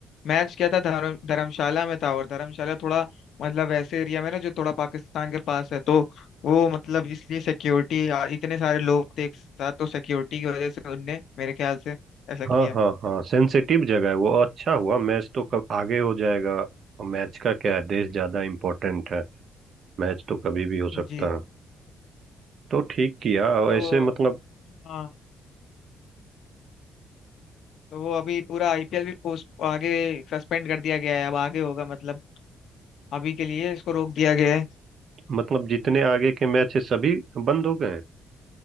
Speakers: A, on the left (about 70°); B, on the right (about 55°).
A: मैच क्या था धर्म धर्मशाला में था और धर्मशाला थोड़ा मतलब ऐसे एरिया में ना जो थोड़ा पाकिस्तान के पास है तो वो मतलब इसलिए सिक्योरिटी इतने सारे लोग थे एक साथ तो सिक्योरिटी की वजह से उनने मेरे ख्याल से ऐसा किया
B: हाँ हाँ हाँ सेंसिटिव जगह है वो और अच्छा हुआ मैच तो कब आगे हो जाएगा और मैच का क्या है देश ज्यादा इम्पोर्टेंट है मैच तो कभी भी हो सकता
A: जी
B: है तो ठीक किया और
A: तो
B: ऐसे मतलब
A: हाँ तो वो अभी पूरा आईपीएल भी पोस्ट आगे सस्पेंड कर दिया गया है अब आगे होगा मतलब अभी के लिए इसको रोक दिया गया है
B: मतलब जितने आगे के मैच है सभी बंद हो गए